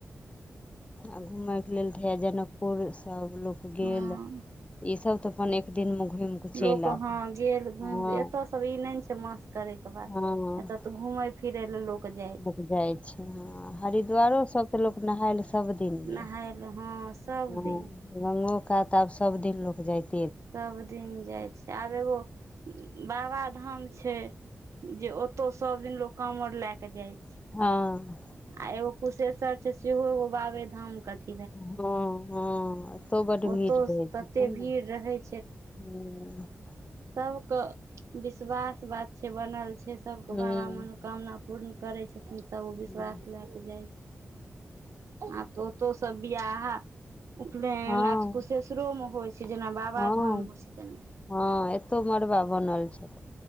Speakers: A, on the left; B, on the right.
A: आ घुमयके लेल तऽ है जनकपुर सब लोक गेल
B: हँ
A: इ सब त अपन एक दिन मे घुमि के चलि
B: लोक
A: आयल
B: हां गेल घूम
A: हँ
B: के एतय सब ई नहि छै मासक करे के बाद
A: हँ
B: एत तऽ घूमे फेर एल लोकग जाय
A: लोक जाइ छै ह हरिद्वारो सब तऽ लोक नहाय लए सबदिन गेल
B: नहाय लए हँ सब
A: ह
B: दिन
A: गंगो कात आब सब दिन लोक जाइत
B: सब दिन जाइ छै आब एगो बाबा धाम छै जे ओतौ सब दिन लोग कावर लए क जाइ छै
A: हँ
B: आ एगो कुशेश्वर छै सेहो एगो बाबे धाम कथी
A: हँ हँ ओतहु बड्ड भीड़
B: ओतौ
A: रहैत
B: तते
A: हेतैन
B: भीड़
A: ने
B: रहै
A: हँ
B: सब के विश्वास बात छै बनल छै सब के
A: हूँ
B: बाबा मनु कामना पूर्ण करै छथिन सब ओ विश्वास
A: हूँ
B: लए के जाइ छै आब तऽ ओ तो सब बियाह उपनयन
A: हँ
B: आ कुशेश्ररो में होइ छै से जेना बाबाधाम
A: हँ
B: होइ छै तेना
A: हँ एतौ मड़बा बनल छै